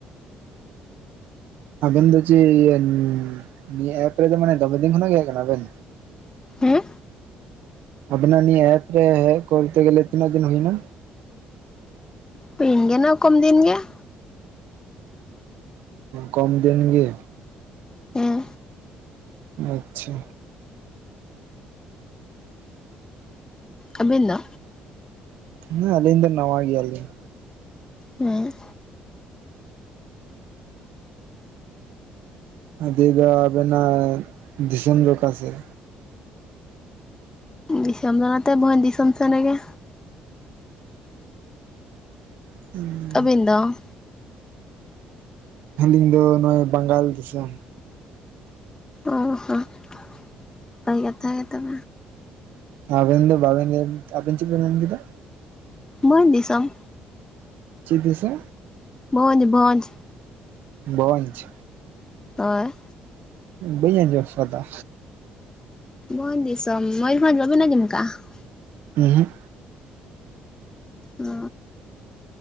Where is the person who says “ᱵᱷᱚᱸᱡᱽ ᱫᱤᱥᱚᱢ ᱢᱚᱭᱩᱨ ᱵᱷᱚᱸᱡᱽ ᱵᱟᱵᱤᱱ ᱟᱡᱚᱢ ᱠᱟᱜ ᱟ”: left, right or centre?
Left